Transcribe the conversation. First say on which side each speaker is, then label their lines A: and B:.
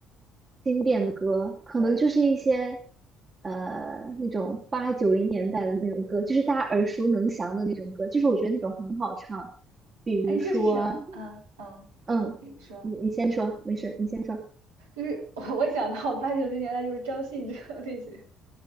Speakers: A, on the right; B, on the right.
A: 经典的歌，可能就是一些
B: 对，
A: 呃那种八九零年代的那种歌，就是大家耳熟能详的那种歌，就是我觉得那种很好唱，比如说，
B: 哎，就是什啊，嗯，
A: 嗯，
B: 你说，
A: 你你先说，没事，你先说，
B: 就是我我想到八九十年代就是张信哲那些，